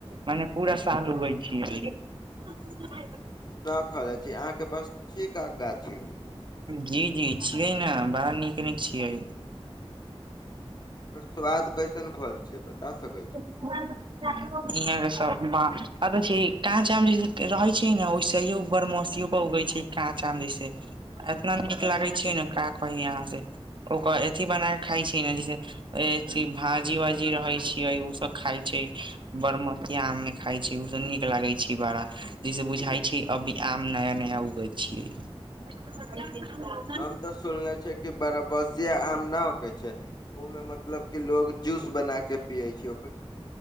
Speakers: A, on the right (about 50°); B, on the left (about 40°).
A: मने पूरा साल होइ छै। <inaudible>
B: ना खने छी, अहाँ के पास गाछ छै?
A: जी- जी छियै ने, बड़ा नीक -नीक छियै।
B: ओकर स्वाद कैसन होइ छै, बता सकै छी?
A: ह <unintelligible> इह के सब बाह छै काँच आम जे रहै छै ने, <unintelligible> ओहिसोड़ मसो उगै छै, काँच आम जे से, एतना नीक लागे छै ने, काँ कही अहाँ से ओकर अथी बना क खाइ छै ने, जैसे भाजी- वाजी रहे छीे, उ सब खाय छै बरमसिया आम मे खायई छै, सब नीक लागे छै। बारा जैसे बुझाइ छै, अभी आम नया- नया उगल छी। <inaudible>
B: हम तो सुनले छियै कि, बड़ा बसिया आम न छै, ओ मे मतलब क लोग जूस बना के पिये छै।